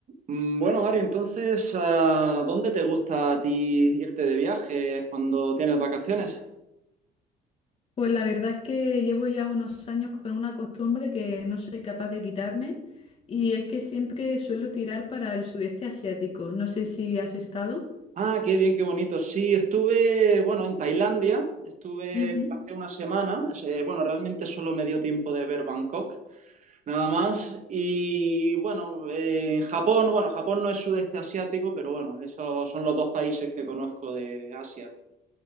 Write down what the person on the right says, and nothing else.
Mm, Bueno, Mario, entonces, ah, ¿dónde te gusta a ti irte de viaje cuando tienes vacaciones?
Ah, qué bien, qué bonito. Sí, estuve, bueno, en Tailandia, estuve
hace una semana. Eh, bueno, realmente solo me dio tiempo de ver Bangkok, nada más. Y bueno, eh, en Japón, bueno, Japón no es sudeste asiático, pero bueno, esos son los dos países que conozco de Asia.